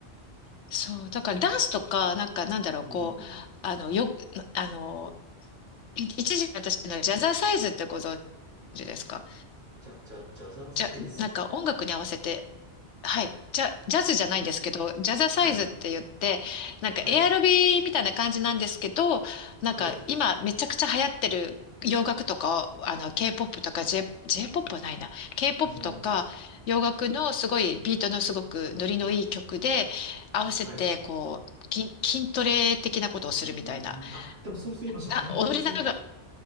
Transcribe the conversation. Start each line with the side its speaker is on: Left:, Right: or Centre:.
Left: そう、だからダンスとか、なんかなんだろう、
Right: うん。
Left: こう、あの、よ、あの、い一時私のジャザーサイズってご存知ですか
Right: じゃ、じゃ、じゃじゃんサイズ。
Left: じゃ、なんか音楽に合わせて、
Right: はい、
Left: はい。じゃ、ジャズじゃないんですけど、ジャザサイズって言って、
Right: はい、
Left: なんかエアロビみたいな感じなんですけど、
Right: はい、
Left: なんか今めちゃくちゃ流行ってる洋楽とか、
Right: はい。
Left: あの、K-POP とか J、J-POP はないな。K-POP
Right: うーん、
Left: とか洋楽のすごいビートのすごくノリのいい曲で合わせてこう、
Right: はい。
Left: 筋、筋トレ的なことをするみたいな。
Right: うん。あ、でもそれと今ちょっと流行ってません
Left: な、踊りながら、